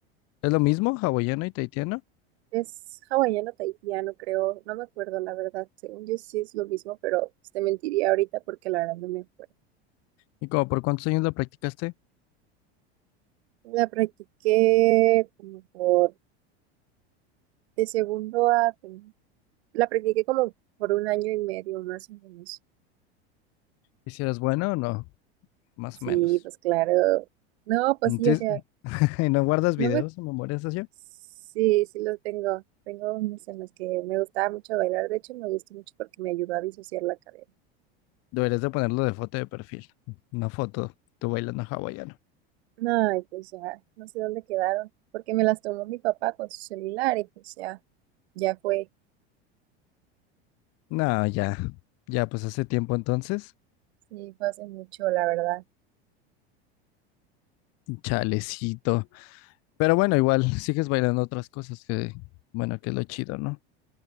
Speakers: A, on the left; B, on the right.
A: ¿Es lo mismo, hawaiano y tahitiano?
B: Es hawaiano tahitiano, creo. No me acuerdo, la verdad. Según yo sí es lo mismo, pero pues, te mentiría ahorita porque la verdad no me acuerdo.
A: ¿Y como por cuántos años lo practicaste?
B: La practiqué como por de segundo a... La practiqué como por un año y medio más o menos.
A: ¿Y si eras buena o no? Más
B: Sí,
A: o menos.
B: pues claro. No, pues
A: Entonces,
B: sí, o sea,
A: <laughs> ¿y no guardas videos
B: no me...
A: o memorias así?
B: Sí, sí los tengo. Tengo unos en los que me gustaba mucho bailar. De hecho, me gustó mucho porque me ayudó a disociar la cadena.
A: Deberías de ponerlo de foto de perfil. Una foto, tú bailando hawaiano.
B: Ay, pues ya, no sé dónde quedaron. Porque me las tomó mi papá con su celular y pues ya, ya fue.
A: No, ya, ya, pues hace tiempo entonces.
B: Sí, fue hace mucho, la verdad.
A: Chalecito. Pero bueno, igual <laughs> sigues bailando otras cosas que, bueno, que es lo chido, ¿no?